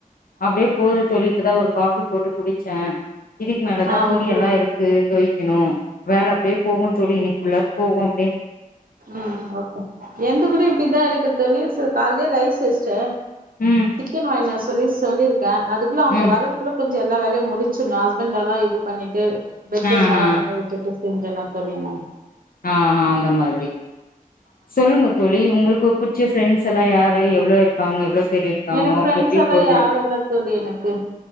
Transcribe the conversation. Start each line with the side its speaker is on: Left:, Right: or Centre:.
Left: அப்படியே போகுது தோழி இப்ப தா ஒரு காபி போட்டு குடிச்ச இதுக்கு மேல தா
Right: ஆ
Left: துணி
Right: ஓகே
Left: எல்லாம் எடுத்து தொய் இன்னும் வேல அப்படியே போகும் சொல்லி இனி ஃபுல்லா போகும் அப்படியே
Right: உம் ஓகே எந்த கூட இப்படிதா இருக்கும் தோழி காலலேயே ரைஸ் வெஞ்சிட்ட
Left: ம்
Right: சிக்கன் வாய்னாஸ் சொல்லி சொல்லிருக் அத அவங்க
Left: ம்
Right: வரதுக்குள்ள கொஞ்ச எல்ல வேலையும் முடிச்சு ஹஸ்பண்ட எல்லாம் இது பண்ணிட்டு பெட் பெட்
Left: ஆ
Right: நல்லா
Left: ஆ
Right: பண்ணி வுட்டுட்டு செஞ் என்ன தோழில் மேம்
Left: ஆஹ் அ அந்த மாதிரி சொல்லுங்க தோழி உங்களுக்கு புடிச்ச ஃபிரண்ட்ஸ் எல்லா யாரு இவ்ளோ இருக்காங்க எவ்ளோ இருக்காங்க
Right: எனக்கு ஃப்ரெண்ட்ஸ்
Left: எப்படி
Right: எல்லா
Left: போது
Right: யாரு இல்ல தோழி எனக்கு